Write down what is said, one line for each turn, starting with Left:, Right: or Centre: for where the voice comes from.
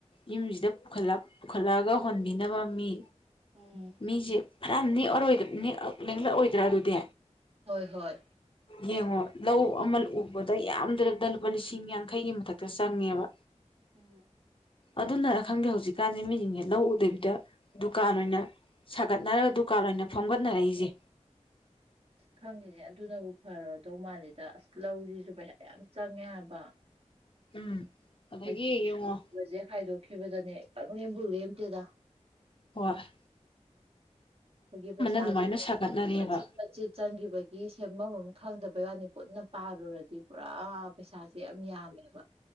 Left: ꯌꯨꯝꯁꯤꯗ ꯄꯨꯈꯠꯂ ꯄꯨꯈꯠꯂꯛꯑꯒ ꯍꯣꯟꯕꯤꯅꯕ ꯃꯤ
Right: ꯎꯝ꯫
Left: ꯃꯤꯁꯦ ꯐꯔꯝ ꯅꯦꯛꯑꯔꯣꯏꯗ ꯅꯦꯛꯑ ꯅꯦꯛꯂꯛꯑꯣꯏꯗ꯭ꯔꯥ ꯑꯗꯨꯗꯤ꯫
Right: ꯍꯣꯏ-ꯍꯣꯏ꯫
Left: ꯌꯦꯡꯉꯣ ꯂꯧ ꯑꯃꯜ ꯎꯕꯗ ꯌꯥꯝꯗ꯭ꯔꯕꯗ ꯂꯨꯄꯥ ꯂꯤꯁꯤꯡ ꯌꯥꯡꯈꯩꯒꯤ ꯃꯊꯛꯇ ꯆꯪꯉꯦꯕ꯫
Right: ꯎꯝ꯫
Left: ꯑꯗꯨꯅ ꯈꯪꯗꯦ ꯍꯧꯖꯤꯛꯀꯥꯟꯁꯤ ꯃꯤꯁꯤꯡꯁꯦ ꯂꯧ ꯎꯗꯕꯤꯗ ꯗꯨꯀꯥꯟ ꯑꯣꯏꯅ ꯁꯥꯒꯠꯅꯔꯒ ꯗꯨꯀꯥꯟ ꯑꯣꯏꯅ ꯐꯝꯒꯠꯅꯔꯛꯏꯁꯦ꯫
Right: ꯈꯪꯉꯤꯅꯦ ꯑꯗꯨꯅꯕꯨ ꯐꯔꯗꯧ ꯃꯥꯜꯂꯦꯗ ꯑꯁ ꯂꯧꯔꯤꯁꯨ ꯄꯩꯁꯥ ꯌꯥꯝ ꯆꯪꯉꯦ ꯍꯥꯏꯕ꯫
Left: ꯎꯝ꯫ ꯑꯗꯒꯤ
Right: ꯍꯥꯏꯗꯤ
Left: ꯌꯦꯡꯉꯣ
Right: ꯁꯨꯕꯁꯦ ꯈꯥꯏꯗꯣꯛꯈꯤꯕꯗꯅꯦ ꯄꯪ ꯂꯦꯝꯕꯨ ꯂꯦꯝꯗꯦꯗ꯫
Left: ꯍꫭꯏ꯫
Right: ꯍꫭꯏꯒꯤ ꯄꯩꯁꯥꯖꯤꯅꯦ
Left: ꯑꯗꯨꯃꯥꯏꯅ ꯁꯥꯒꯠꯅꯔꯦꯕ
Right: ꯃꯆꯦꯠ-ꯃꯆꯦꯠ ꯆꯪꯈꯤꯕꯒꯤ ꯁꯦꯝꯐꯝ ꯑꯃ ꯈꯪꯗꯕꯩ ꯋꯥꯅꯤ ꯄꯨꯟꯅ ꯄꯥꯔꯨꯔꯗꯤ ꯄꯨꯔꯥ ꯄꯩꯁꯥ ꯁꯦ ꯌꯥꯝ ꯌꯥꯝꯑꯦꯕ